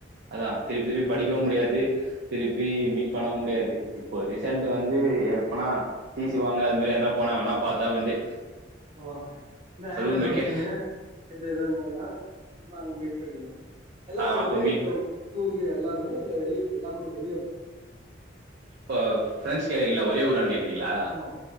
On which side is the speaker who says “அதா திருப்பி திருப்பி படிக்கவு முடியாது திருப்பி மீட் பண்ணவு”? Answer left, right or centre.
Right